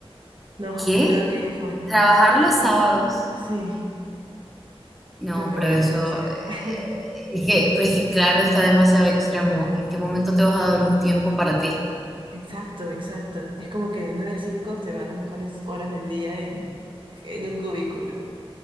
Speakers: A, on the right; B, in the centre.
A: No,
B: ¿Qué?
A: creo que ya fue.
B: ¿Trabajar los sábados?
A: Sí,
B: No,
A: creo que
B: pero
A: voy a
B: eso,
A: renunciar.
B: eh,
A: <laughs>
B: es que, pero es que claro, está demasiado extremo. ¿En qué momento te vas a dar un tiempo para ti?
A: Exacto, exacto. Es como que de 9 a 5 te van las mejores horas del día en, en un cubículo.